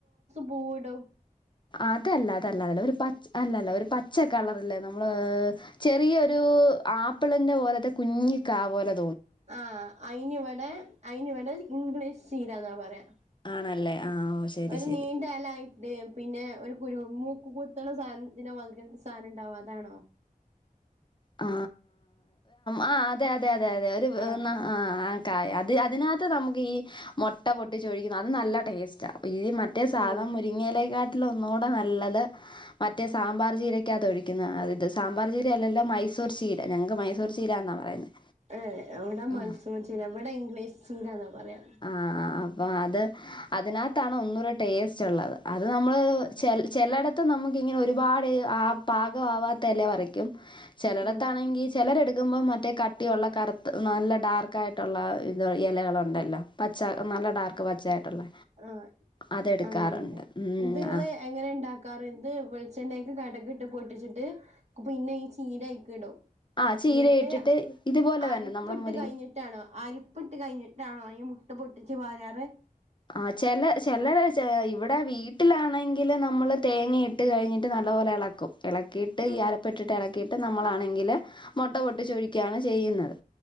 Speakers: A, on the right (about 50°); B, on the left (about 30°).
A: പൂവ്ടും
B: അതല്ല അതല്ല അതല്ല ഒരു അല്ലല്ല ഒരു പച്ച കളറല്ലേ നമ്മള് ചെറിയൊരു ആപ്പിളിന്റെ പോലത്തെ കുഞ്ഞിക്ക പോല
A: ആഹ് അയിനിവിടെ അയിനി ഇവിടെ ഇംഗ്ലീഷ് ചീരന്ന പറയാം
B: ആണല്ലേ ഓ ശരി
A: ഒരു
B: ശരി
A: നീണ്ട എലായി അത പിന്നെ ഒരു കുരു മൂക്ക് കുത്തുണ സാധനത്തിന്റെ മായിരി ഒരു സാധനം ഉണ്ടാവുംഅതാണോ?
B: ആ ആ അതെ അതെ അതെ അതെ
A: ആഹ്
B: ആ ആ കായ അത് അതിനക നമുക്ക് ഈ മോട്ട പൊട്ടിച്ചോഴിക്കുന്നത് അത് നല്ല ടേസ്റ്റ് മറ്റേ സാധനം
A: ഉം
B: മുരിങ്ങലക്കാട്ടിലിഒന്നു കൂടെ നല്ലത് മറ്റേ സാമ്പാർ ചീരക്കകത്ത തൊഴിക്കുന്നതാണ് നല്ലത്. സാമ്പാർ ചീര അല്ലല്ലോ മൈസൂർ ചീര ഞങ്ങക്ക് മൈസൂർ ചീരന്നാ പറയുന്നത്
A: ഏഹ് അവിടെ
B: ആ
A: മൈസൂർ ചീര വ്ടെ ഇംഗ്ലീഷ് ചീരന്ന പറയാ
B: ആഹ് ആഹ് അപ്പൊ അത് അതിനകത്താണ് ഒന്നൂടെ ടേസ്റ്റ് ഉള്ളത് അത് നമ്മള് ചെൽ ചിലയിടത്ത് നമുക്കിങ്ങനെ ഒരുപാട് ആ പാക ആവാത്തഇല പറയ്ക്കും ചിലടത്താണെങ്കി
A: ഉം
B: ചിലരെടുക്കുമ്പോ മറ്റേ കട്ട കുട്ടിയുള്ള കറുത്ത് നല്ല ഡാർക്കായിട്ടുള്ള ഇത് ഇലകളുണ്ടല്ലോ പച്ച നല്ല ഡാർക്ക് ക്ക് പച്ചായിട്ടുള്ളേ
A: ആഹ്
B: അതെടുക്കാറുണ്ട്
A: അങ്ങനെന്നെ
B: ഉം
A: ഇത് ഇങ്ങള്
B: ആഹ്
A: എങ്ങനെ ഉണ്ടാക്കാറ് ത് വെളിച്ചെണ്ണക്ക് കടുക് ഇട്ട് പൊട്ടിച്ചിട്ട് പിന്നെ ഈ ചീര അയ്ക്ക് ഇടും
B: ആഹ് ചീര
A: ഇങ്ങട്ട്
B: ഇട്ടിട്ട് ഇതുപോലെ
A: അരപ്പ്
B: തന്നെ നമ്മളെ
A: ഇട്ട്
B: മുരി
A: കഴിഞ്ഞിട്ട് ട്ടാണോ അരപ്പ് ഇട്ട് കഴിഞ്ഞിട്ടാണോ ഈ മുട്ട പൊട്ടിച്ച് പാരാറ്
B: ആ ചില ചിലർ ഇവിടെ വീട്ടിലാണെങ്കില് നമ്മള് തേങ്ങ ഇട്ട് കഴിഞ്ഞിട്ട് നല്ല പോലെ ഇളക്കും ഇളക്കിയിട്ട്
A: ഉം
B: ഈ അരപ്പ് ഇട്ട് ട്ട് ഇളക്കിയിട്ട് നമ്മളാണെങ്കിൽ മുട്ട പൊട്ടിച്ചൊഴിക്കുകയാണ് ചെയ്യുന്നത്